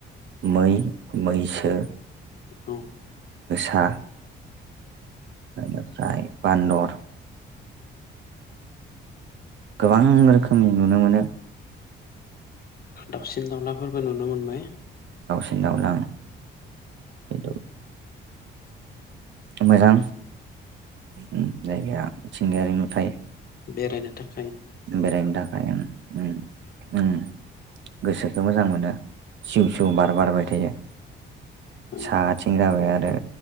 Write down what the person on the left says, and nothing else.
औ
दाउसिन दाउलाफोरबो नुनो मोनबाय
बेरायनो थां
औ